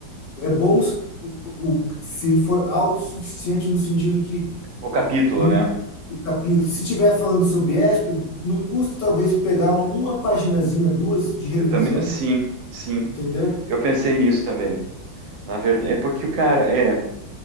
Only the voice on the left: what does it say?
é bom s- o, o- se ele for autossuficiente no sentido que
não
o capítulo. Se tiver falando sobre ESP, não custa talvez pegar uma paginazinha, duas de revisão,
entendeu?